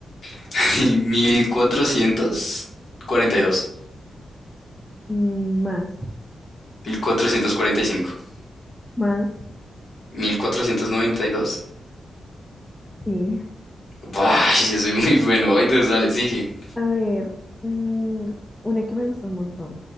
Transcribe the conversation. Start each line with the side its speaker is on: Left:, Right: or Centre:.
Left: <laughs> mil mil mil cuatrocientos cuatrocientos
Centre: Mm, más,
Left: cuatrocientos cuarenta cuarenta y y dos cinco
Centre: más,
Left: mil cuatrocientos noventa y dos
Centre: sí.
Left: Buah, <laughs> yo soy muy bueno. Hoy entonces dale, sigue.
Centre: A ver, mm, una que me gusta un montón.